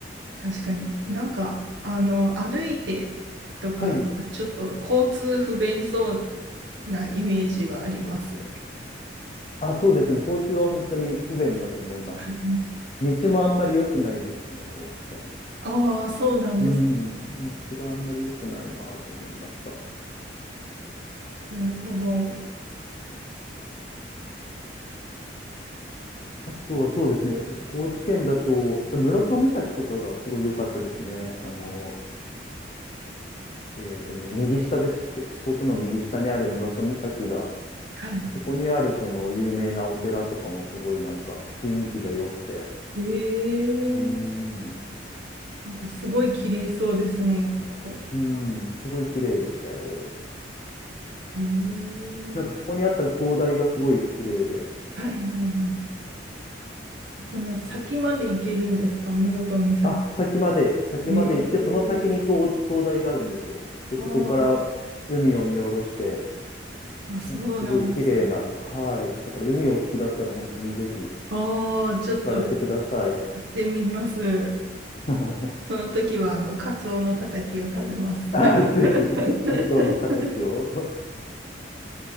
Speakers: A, on the right; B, on the left.
A: 確かに。
B: うん
A: なんか、あの、歩いてとか、
B: はい。
A: ちょっと交通不便そうなイメージはあります。
B: あ、そうですよね。交通は本当に不便だと思います。
A: はい。
B: 道もあんまり良くないですしね、高知県。
A: ああー、そうなんです。
B: うん。道があんまり良くないなと思いました。
A: なるほど。
B: あとはそうですね、えっと、高知県だと、あと室戸岬とかがすごい良かったですね。あの、えっとね、右下です。こ四国の右下にある室戸岬が、
A: はい。
B: あそこにあるその有名なお寺とかもすごいなんか雰囲気が良くて、
A: ええ
B: うーん、う
A: なんかすごい綺麗そうですね。こ
B: ーん、すごい綺麗でしたよ。
A: う。
B: なんかそこにあった灯台がすごい綺麗で、
A: ええはいはいはい。この先まで行けるんですか、
B: えー
A: 室戸岬。
B: あ、先まで、先まで行って、
A: ええ
B: その先に灯、灯台があるんですよ。で、
A: あ
B: そこから海を見下ろして、
A: あ、あそうなんです。
B: なんかすごい綺麗な、はい。だから海お好きだったら本当にぜひ
A: ああ、ちょっと行
B: 行かれてください。
A: ってみます。
B: <laughs>
A: その時は、あの、カツオのたたきを食べます。
B: あ、
A: <laughs>
B: ぜひ、カツオのたたきを。